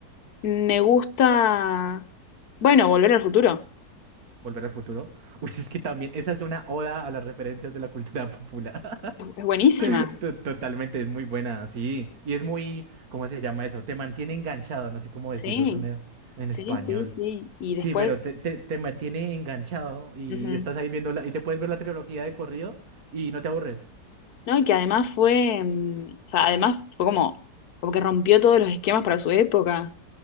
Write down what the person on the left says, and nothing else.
Me gusta. Bueno, Volver al futuro.
Es, es buenísima.
Sí,
sí,
sí, sí. Y
después.
Ujú.
¿no? Y que además fue, mm, o sea, además fue como, como que rompió todos los esquemas para su época.